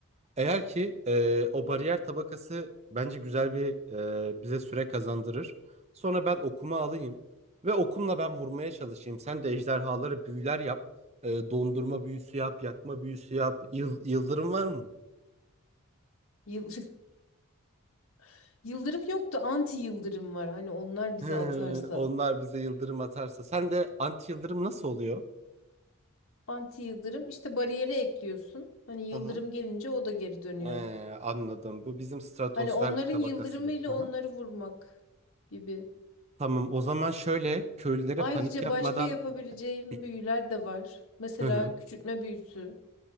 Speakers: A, on the right; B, on the left.
A: Eğer ki e, o bariyer tabakası bence güzel bir e, bize süre kazandırır. Sonra ben okuma alayım ve okumla ben vurmaya çalışayım. Sen de ejderhalara büyüler yap. E, dondurma büyüsü yap, yakma büyüsü yap. Yıl- yıldırım var mı?
B: Yıl <laughs> yıldırım yok da anti yıldırım var. Hani onlar
A: <laughs>
B: bize
A: Hı,
B: atarsa.
A: Onlar bize yıldırım atarsa. Sen de anti yıldırım nasıl oluyor?
B: Anti yıldırım işte bariyere ekliyorsun. Hani
A: Hı
B: yıldırım
A: hı.
B: gelince o da geri dönüyor.
A: Ee, anladım. Bu bizim stratosfer
B: Hani onların
A: tabakası
B: yıldırımıyla
A: gibi. Hı hı.
B: onları vurmak gibi.
A: Tamam. O zaman şöyle köylülere
B: Ayrıca
A: panik yapmadan
B: başka yapabileceğim
A: <clears throat>
B: büyüler de var. Mesela
A: Hı hı.
B: küçültme büyüsü.